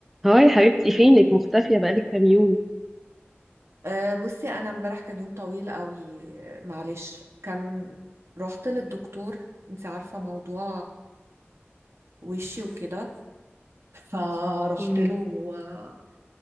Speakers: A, in the centre; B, on the right.
A: هاي حبيبتي فينك مختفية بقالك كام يوم
B: أه بصي انا امبارح كان يوم طويل قوي معلش كان رحت للدكتور انت عارفة موضوع وشي وكده فرحت
A: مم.
B: له و-